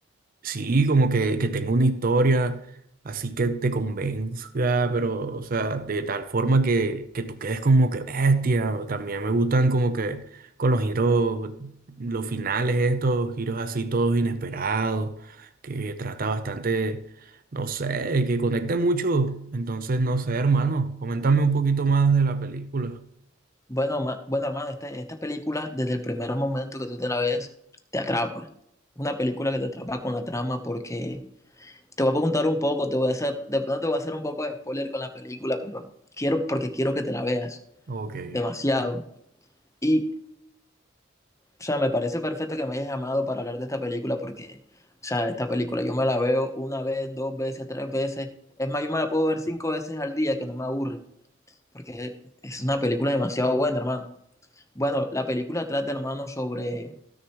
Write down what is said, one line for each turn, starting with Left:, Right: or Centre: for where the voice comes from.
Right: Sí, como que, que tenga una historia así que te convenza, pero, o sea, de tal forma que, que tú quedes como que bestia. o También me gustan como que con los giros, los finales estos, giros así todos inesperados, que trata bastante, no sé, que conecte mucho. Entonces, no sé, hermano, coméntame un poquito más de la película.
Left: Bueno, ma- bueno hermano, este- esta película desde el primer momento que tú te la ves, te atrapa. Una película que te atrapa con la trama porque te voy a contar un poco, te voy a hacer, de pronto te voy a hacer un poco de spoiler con la película, pero quiero porque quiero que te la veas
Right: Ok,
Left: demasiado. Y O sea, me parece perfecto que me hayas llamado para hablar de esta película porque, o sea, esta película yo me la veo una vez, dos veces, tres veces. Es más, yo me la puedo ver cinco veces al día que no me aburre porque es una película demasiado buena, hermano. Bueno, la película trata, hermano, sobre